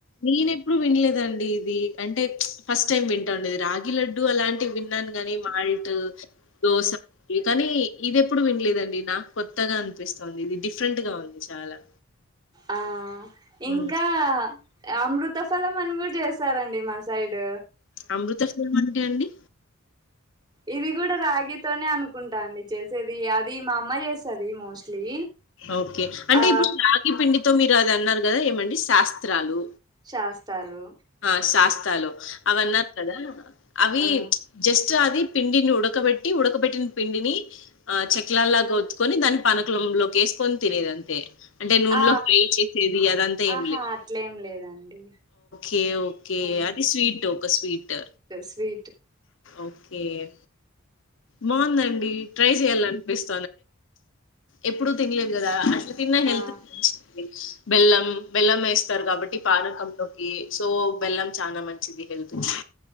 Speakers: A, on the left (about 60°); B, on the right (about 20°).
A: నేనేప్పుడు వినలేదండి ఇది అంటే ఫస్ట్ టైం వింటాండది రాగి లడ్డు అలాంటి వాటి విన్నాను గాని మాల్ట్ దోస కానీ ఇది ఎప్పుడు వినలేదండి నాకు కొత్తగా అనిపిస్తుంది ఇది డిఫరెంట్ గా ఉంది చాలా
B: ఆ ఇంకా
A: మ్మ్
B: అమృత ల మని కూడా చేస్తారండి మా సైడ్
A: అమృత ఫలం అంటే అండి
B: ఇది కూడా రాగితోనే అనుకుంటా అండి చేసేది అది మా అమ్మ చేస్తది మోస్ట్లీ.
A: ఓకే అంటే
B: ఆ
A: ఇప్పుడు రాగి పిండితో మీరు అది అన్నారు కదా ఏమండి శాస్త్రాలు
B: చేస్తారు
A: ఆ శాస్ స్తలో అవన్నస్తదా అవి
B: ఆ
A: జస్ట్ అది పిండిని ఉడకబెట్టి ఉడకబెట్టిన పిండిని ఆ చెక్లాలాగ ఒత్తుకుని దాన్ని పానకలంలోకి వేసుకొని తినేదంతే. అంటే నూనెలో
B: ఆ
A: ఫ్రై చేసేది అదంతా ఏం
B: ఆహా
A: లేదు.
B: అట్లేం లేదండి
A: ఓకే ఓకే
B: ఆ
A: అది స్వీట్ ఒక స్వీట్
B: స్వీ
A: ఓకే ఏ బాగుందండి ట్రై చేయాల అనిపిస్ ఎప్పుడు తినలేదు కదా నువ్ తిన్న హెల్తుకు
B: ఆ
A: మంచిది బెల్లం బెల్లం వేస్తారు కాబట్టి పానకంలోకి సో బెల్లం చానా మంచిది హెల్త్ కి